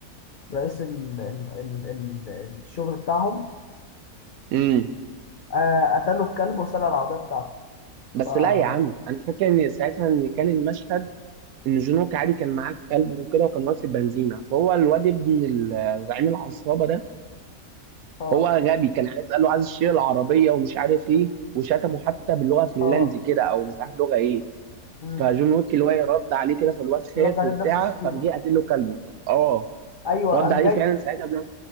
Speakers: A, on the left; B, on the right.
A: رئيس ال... ال... ال... ال... الشغل بتاعهم
B: امم
A: آه قتله الكلب وسرق العربية بتاعته
B: بس
A: فهو
B: لا يا عم انا فاكر ان ساعتها ان كان المشهد ان جون ويك عادي كان معاه الكلب وكده وكان واقف في البنزينه فهو الواد ابن ال- زعيم العصابه ده
A: اه
B: هو غبي كان عايز قال له عايز الشير العربيه ومش عارف ايه وشتمه حتى باللغه الفنلندي
A: اه
B: كده او مش عارف لغه ايه
A: مم.
B: فجون ويك اللي هو إيه رد عليه كده فالواد خاف
A: رد عليه
B: وبتاع
A: بنفس الشتيمة
B: فقام جه قاتل له كلبه اه
A: ايوه
B: رد
A: قام
B: عليه
A: جاي
B: فعلا ساعتها بن-